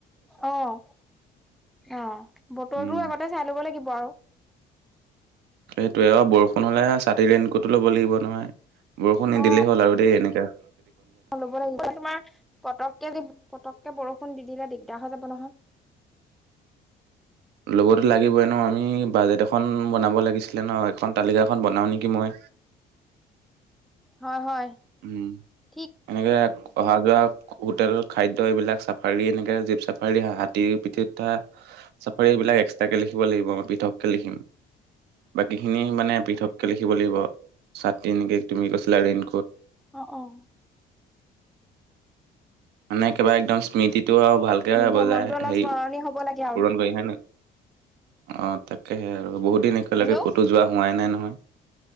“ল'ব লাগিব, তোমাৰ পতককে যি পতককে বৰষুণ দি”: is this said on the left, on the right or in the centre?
Centre